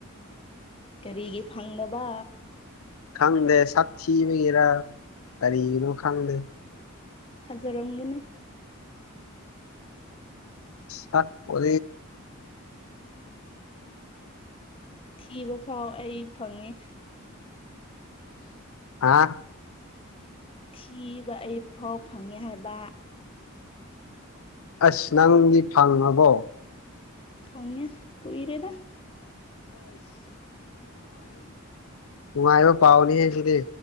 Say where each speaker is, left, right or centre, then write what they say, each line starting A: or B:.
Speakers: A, on the left (about 25°); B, on the left (about 80°).
A: ꯀꯔꯤꯒꯤ ꯐꯪꯅꯕ
B: ꯈꯪꯗꯦ ꯁꯥꯛꯊꯤ ꯑꯣꯏꯒꯦꯔꯥ ꯀꯔꯤꯒꯤꯅꯣ ꯈꯪꯗꯦ
A: ꯊꯖꯔꯝꯒꯅꯤ
B: ꯆꯥꯛꯄꯦ
A: ꯊꯤꯕ ꯐꯥꯎ ꯑꯩ ꯐꯪꯉꯦ
B: ꯍꯥꯥ
A: ꯊꯤꯕ ꯑꯩ ꯐꯥꯎ ꯐꯪꯉꯦ ꯍꯥꯏꯕ
B: ꯑꯁ ꯅꯪꯗꯤ ꯐꯪꯉꯕꯣ
A: ꯐꯪꯉꯦ ꯀꯣꯏ ꯔꯦꯗꯥ
B: ꯇꯨꯡꯉꯥꯏꯕꯨ ꯄꯥꯎꯅꯤ ꯍꯥꯏ ꯁꯤꯗꯤ